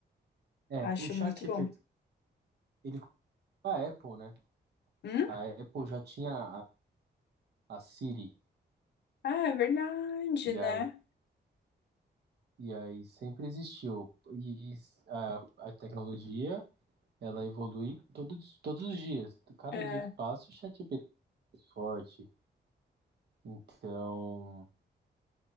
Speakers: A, on the right; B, on the left.
A: É,
B: Acho
A: o
B: muito
A: ChatGPT,
B: bom.
A: ele comprou a Apple, né?
B: Hum?
A: A Apple já tinha a, a Siri,
B: Ah, é verdade,
A: e
B: né?
A: aí, e aí sempre existiu. E a, a tecnologia, ela evolui todos, todos os dias. Cada
B: É,
A: dia que passa, o ChatGPT é mais forte. Então,